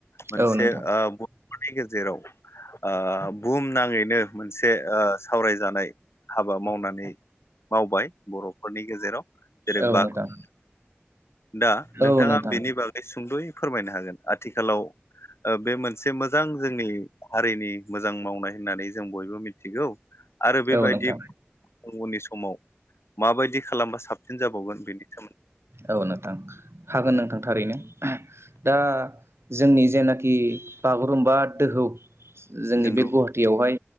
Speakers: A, on the left; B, on the right.
A: मोनसे
B: औ नोंथां
A: आ ब नि गेजेराव ओ बुहुम नाङैनो मोनसे ओ सावरायजानाय हाबा मावनानै मावबाय बर'फोरनि गेजेराव जेरै
B: औ
A: बागुरुम्बा
B: नोंथां।
A: दा नोंथाङा
B: औ नोंथां
A: बेनि बागै सुंद'यै फोरमायनो हागोन आथिखालाव ओ बे मोनसे मोजां जोंनि हारिनि मोजां मावनाय होननानै जों बयबो मिथिगौ। आरो बेबायदि
B: औ नोंथां
A: गुबुननि सुब समाव माबायदि खालामबा साबसिन जाबावगोन बेनि सोमोन्दै
B: औ नोंथां हागोन नोंथां थारैनो दा जोंनि जेनाखि बागुरुमबा दोहौ जोंनि
A: नंगौ
B: बे गुवाहाटियावहाय